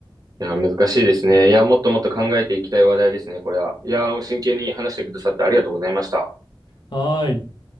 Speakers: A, on the right (about 45°); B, on the left (about 60°).
A: いや、難しいですね。いや、もっともっと考えていきたい話題ですね、これは。いや、真剣に話してくださってありがとうございました。
B: はーい。